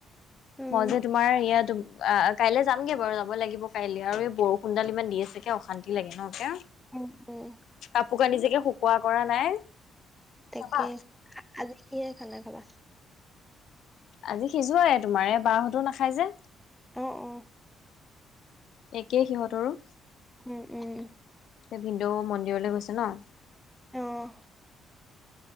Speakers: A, in the centre; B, on the left.
A: উম,
B: মই যে তোমাৰ ইয়াতো আ আ, কাইলে যামগে বাৰু যাব লাগিব কাইলে আৰু এই বৰষুণডাল ইমান দি আছে কে অশান্তি লাগে ন কে?
A: উম, উম,
B: কাপোৰ কানি যেকে শুকোৱা কৰা নাই।
A: তাকে।
B: চাবা?
A: আজি কিহেৰে খানা খাবা?
B: আজি সিজোৱায়ে তোমাৰ, এ বাহতো নাখাই যে।
A: অ অ।
B: একেই সিহঁতৰো।
A: উম উম উম।
B: এ ভিনদেউ মন্দিৰলৈ গৈছে ন,
A: অহ।